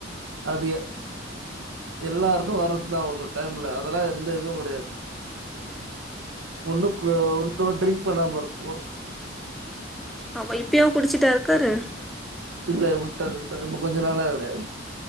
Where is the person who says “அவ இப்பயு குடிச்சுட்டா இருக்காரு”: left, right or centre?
Centre